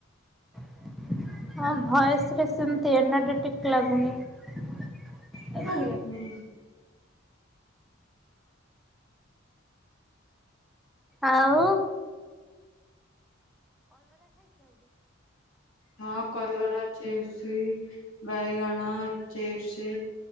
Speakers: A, in the centre; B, on the left.
A: <unintelligible> ଆଉ
B: ହୁଁ ହଁ।
A: ଆଉ।
B: ହଁ କଲର ଅଛି ଏ ଛି ବାଇଗନ ଚିପ୍ସ।